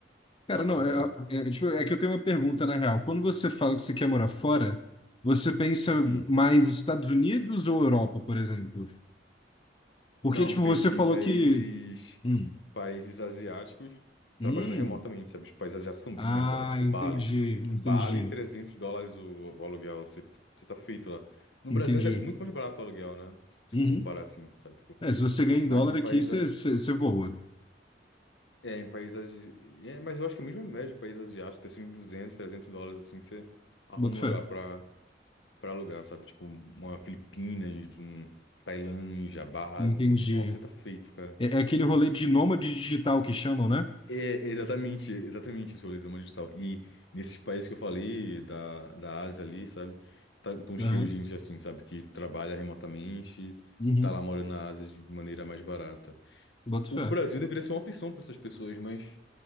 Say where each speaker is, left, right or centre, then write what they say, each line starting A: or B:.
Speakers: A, on the left (about 30°); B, on the left (about 85°).
A: Cara,
B: Ah,
A: não,
B: pode falar.
A: é, é, é, tipo, é que eu tenho uma pergunta na real. Quando você fala que você quer morar fora, você pensa
B: Hum.
A: mais Estados Unidos ou Europa, por exemplo?
B: Não,
A: Porque, tipo,
B: penso
A: você
B: em
A: falou
B: países,
A: que. Hum,
B: países asiáticos trabalhando
A: hum.
B: remotamente, sabe? Os países asiáticos são bem
A: Ah,
B: mais baratos, tipo
A: entendi,
B: Bali.
A: entendi,
B: Bali, 300 dólares o, o aluguel, você, fica- você tá feito lá. No
A: entendi.
B: Brasil ainda é muito mais barato o aluguel, né? Se se
A: Uhum.
B: for comparar assim, sabe? Tipo,
A: É, se você ganha em
B: mas
A: dólar
B: em países,
A: aqui, você você- você voa.
B: é, em países, é, mas eu acho que é mesmo a mesma média de países asiáticos, deve ser uns 200, 300 dólares, assim, que você arruma
A: Bota
B: um lugar
A: fé.
B: pra, pra alugar, sabe? Tipo, uma Filipinas, um Tailândia, Bali,
A: Entendi.
B: nossa, você tá feito, cara.
A: É, é aquele rolê de nômade digital que chamam, né?
B: É, exatamente, exatamente esse rolê do nômade digital. E nesses países que eu falei, da, da Ásia ali, sabe? Tá, tão cheio
A: Aham.
B: de gente assim, sabe? Que trabalha remotamente,
A: Uhum.
B: tá lá morando na Ásia de maneira mais barata.
A: Bota
B: O
A: fé.
B: Brasil deveria ser uma opção para essas pessoas, mas